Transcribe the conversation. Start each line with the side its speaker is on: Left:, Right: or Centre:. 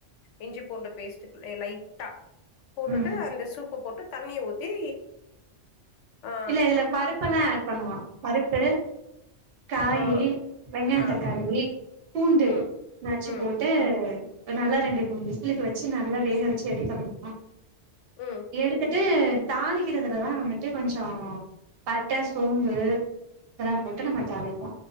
Left: இஞ்சி பூண்டு பேஸ்டு லைட்டா போட்டுட்டு
Right: ம்
Left: அந்த சூப்ப போட்டு தண்ணி ஊத்தி ஆ
Right: இல்ல இதுல பருப்பெல்லா ஆட் பண்ணுவோ பருப்பு காயி
Left: ஆ
Right: வெங்காய
Left: ஆ
Right: தக்காளி பூண்டு
Left: ம்
Right: நச்சு
Left: ம்
Right: போட்டு ஒரு நல்லா ரெண்டு மூணு விசலுக்கு வச்சு நல்லா வேக வச்சு எடுத்துறணு
Left: ம்
Right: எடுத்துட் ட்டு தாளிக்கிறதுலதா வந்துட்டு கொஞ்ச பட்ட சோம்பு தல்லா போட் டு நம்ம தாளிப்போ